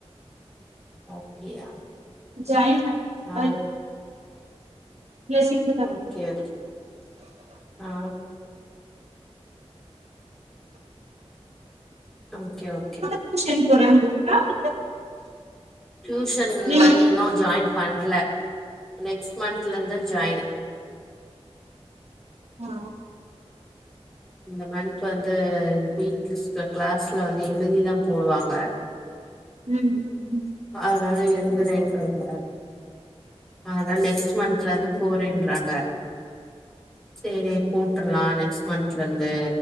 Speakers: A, in the centre; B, on the right (about 75°).
A: அப்டியா
B: ஜாயின் பண்ண
A: ஆ
B: <inaudible>
A: ஓகே அது ஆ ஓகே ஓகே
B: <inaudible>
A: டியூஷன்
B: இல்ல
A: வந்து இன்னு ஜாயின் பண்ல நெக்ஸ்ட் மந்த்லந்து ஜாயின்
B: ஓ
A: இந்த மன்த் வந்து வீட்ல ஸ கிளாஸ்ல வந்து எழுதிதா போடுவாங்க
B: ம் ம்
A: அதுனால எழுதுறேன்றாங்க அதா நெக்ஸ்ட் மந்த்ல இருந்து போறேன்றாங்க சேரி போட்ர்லா நெக்ஸ்ட் மந்த்லருந்து